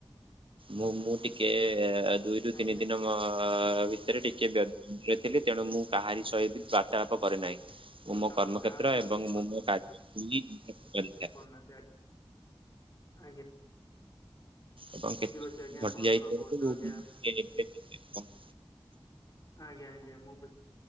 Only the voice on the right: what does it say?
ମୁଁ ମୁଁ ଟିକେ ଏ ଦୁଇରୁୁ ତିନି
ଦିନ ହଁ ଭିତରେ ଟିକେ ବ୍ୟ ଥିଲି ତେଣୁ ମୁଁ କାହାରି ସହିତ ବାର୍ତ୍ତାଳାପ କରେନାହିଁ। ମୁଁ ମୋ
କର୍ମକ୍ଷେତ୍ର
ଏବଂ
ମୁଁ ମୋ କାର୍ଯ୍ୟକୁହି କରିଥାଏ।
ଏବଂ କେତେ
ଘଟି
ଯାଇଥିବ
ହେଲେ
ଏବେ ଟିକେ କମ୍